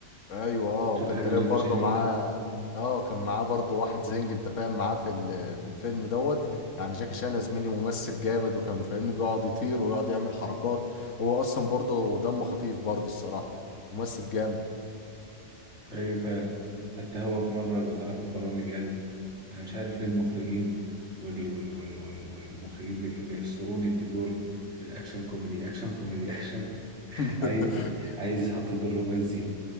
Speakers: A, on the left; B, on the right.
A: ايوه اه
B: تشوف
A: وكان
B: حاجه
A: تقريبا
B: لجاكي
A: برضه
B: شان
A: معاه
B: انت
A: اه كان معاه برضه واحد زنج انت فاهم معاه في ال... في الفيلم دوت يعني جاكي شان يا زميلي ممثل جامد وكان فاهمني بيقعد يطير ويقعد يعمل حركات هو اصلا برضه دمه خفيف برضه الصراحة ممثل جامد
B: ايوه فعلا حتى هو في مره بيطلع في البرامج قال انا مش عارف ليه المخرجين وال وال وال وال والمخرجين بيح- بيحصروني في دور الاكشن كوميدي اكشن كوميدي اكشن <laughs>
A: <laughs>
B: عايز عايز يتحط في دور رومانسي